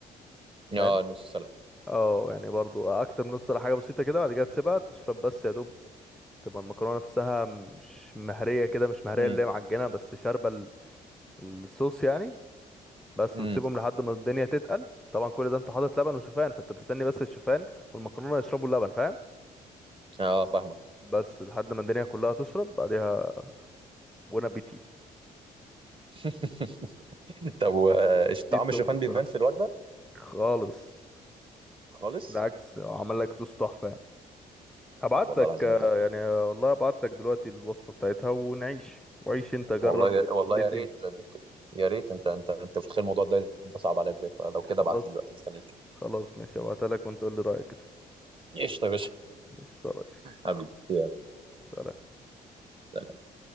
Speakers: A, on the right; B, in the centre.
A: اه
B: فاهم
A: نص سلقة
B: اه يعني برضه أكتر من نص ولا حاجة بسيطة كده بعد كده تسيبها تشرب بس يا دوب تبقى المكرونة نفسها مش مهرية كده مش مهرية
A: امم
B: اللي هي معجنة بس شاربة ال- الصوص يعني بس
A: امم
B: وتسيبهم لحد ما الدنيا تتقل طبعا كل ده انت حاطط لبن وشوفان فانت مستني بس الشوفان والمكرونة يشربوا اللبن فاهم
A: اه فاهمك
B: بس لحد ما الدنيا كلها تشرب بعدها بونا بيتي
A: <laughs> طب و- آه،
B: دي
A: طعم
B: التوب
A: الشوفان
B: الصراحة
A: بيبان في الوجبة
B: خالص
A: خالص؟
B: بالعكس عمل لك صوص تحفة يعني هبعت
A: طب والله
B: لك
A: العظيم
B: آه،
A: دي
B: يعني آه، والله هبعت لك دلوقتي الوصفة بتاعتها ونعيش وعيش انت جرب
A: والله يا...
B: وقول
A: والله
B: لي
A: يا
B: الدنيا
A: ريت اديك يا ريت انت انت انت مش متخيل الموضوع ده انت صعب عليا ازاي فلو كده
B: خلاص
A: ابعت لي دلوقتي مستنيك
B: خلاص ماشي هبعتها لك وانت قول لي رأيك كده
A: قشطة يا باشا
B: ماشي يا ريس
A: حبيبي يلا
B: سلام
A: سلام.